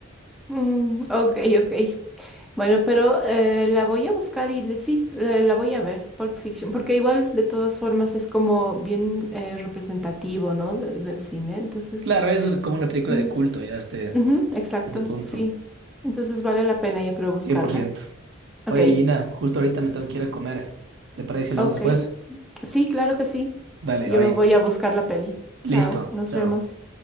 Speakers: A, in the centre; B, on the right (about 60°).
A: Mm, ok, ok. Bueno, pero eh, la voy a buscar y le, sí, la, la voy a ver, Pulp Fiction, porque igual de todas formas es como bien eh, representativo, ¿no? de- del cine. Entonces,
B: Claro, es como una película
A: mm,
B: de culto ya a este, a
A: ujú, exacto,
B: este punto,
A: sí. Entonces vale la pena, yo creo, buscarla.
B: cien por ciento
A: Ok,
B: Oye, Gina, justo ahorita me tengo que ir a comer. ¿Te parece si hablamos
A: ok.
B: después?
A: Sí, claro que sí.
B: Dale,
A: Yo
B: bye.
A: me voy a buscar la peli. Chao,
B: Listo,
A: nos
B: chao.
A: vemos.